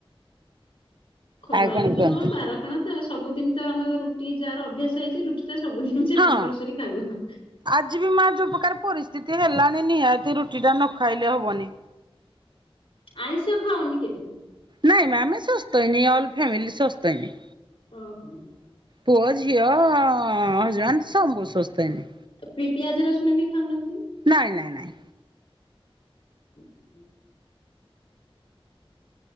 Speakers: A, on the left; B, on the right.
A: ଖରାଦିନ
B: ଆଉ କୁହନ୍ତୁ
A: କଣ ବାର କଣ ତ ସବୁଦିନ ତ ଆମର ରୁଟି ଯାହାର ଅଭ୍ୟାସ ହେଇଚି, ରୁଟି ଟାତ ସବୁଦିନ! ନିସେ
B: ହଁ।
A: କମ୍ପଲସରି ଖାଇବ!
B: ଆଜି ବି ମା ଯୋଉ ପ୍ରକାର ପରିସ୍ଥିତି ହେଲାଣି ନିହାତି ରୁଟିଟା ନଖାଇଲେ ହବନି!
A: ଆଇଁଷ ଖାଅନି କେବେ!
B: ନାଇଁ ମା ଆମେ ଶୋସ୍ତଙ୍ଗି ଅଲ ଫ୍ୟାମିଲି ଶୋସ୍ତଙ୍ଗି!
A: ଅ ହ!
B: ପୁଅ ଝିଅ ଅ ଜନ ସବୁ ଶୋସ୍ତଙ୍ଗି!
A: ପି ପିଆଜ ରସୁଣ ବି ଖାଉନହାନ୍ତି!
B: ନାଇଁ ନାଇଁ ନାଇଁ!
A: ହୁଁ ହୁଁ <unintelligible>